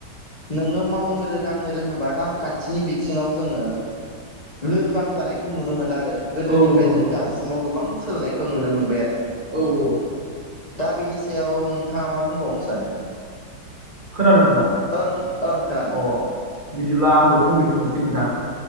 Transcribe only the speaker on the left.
नोङो मावनो रोदांनो रोङोबा रांखान्थिनि बिथिङाव जोङो लोरबां जानायखौ नुनो मोनला आरो गोदोनिफ्राय
जों
दासिमाव
गोबां सोलोंनायखौ नुनो मोनबाय आरो
दा बेनि सायाव नोंथाङा मा बुंबावनो सानो
ओं ओं खोनादों